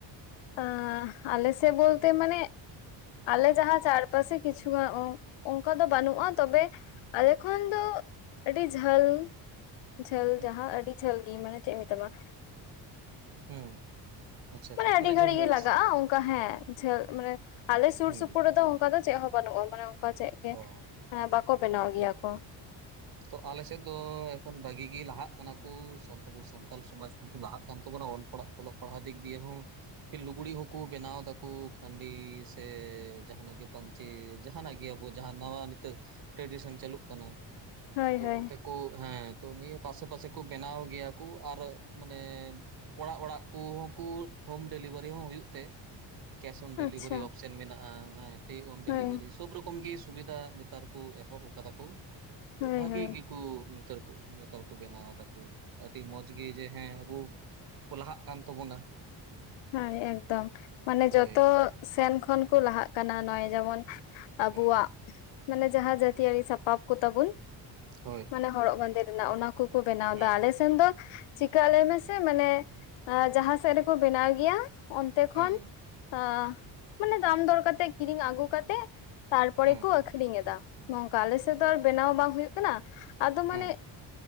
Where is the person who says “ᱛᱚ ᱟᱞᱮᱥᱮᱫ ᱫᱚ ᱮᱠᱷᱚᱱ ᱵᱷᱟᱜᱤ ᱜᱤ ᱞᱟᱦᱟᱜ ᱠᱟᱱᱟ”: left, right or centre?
Right